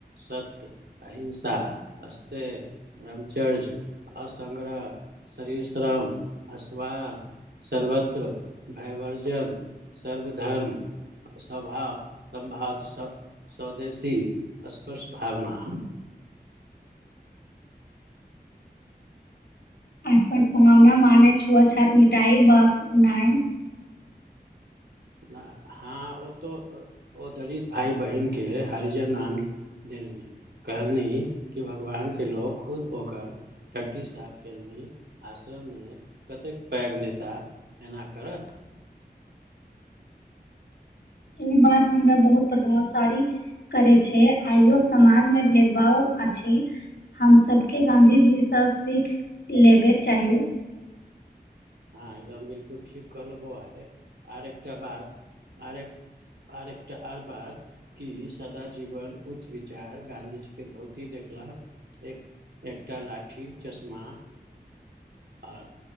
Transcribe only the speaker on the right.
सत्य अहिंसा अस्त ब्रह्मचर्य असंग्रह शरीरश्रम अस्वाद सर्वत्र भय वर्जन सर्वधर्म स्वभाव समाध सम स्वदेशी अस्पर्श भावना
हँ ओ तो ओ दलित भाय बहिन के हरिजन नाम देलनि कहलनी कि भगवान के लोको खुद ओकर टट्टी साफ केलनि आश्रम मे कतेक पैघ नेता एना करत
हँ एकदम बिलकुल ठीक कहल बौआ आ एकटा बात आर एक आर एकटा आर बात कि सदा जीवन उच्च विचार गाँधीजी के धोती देखलहक एक एकटा लाठी चश्मा आ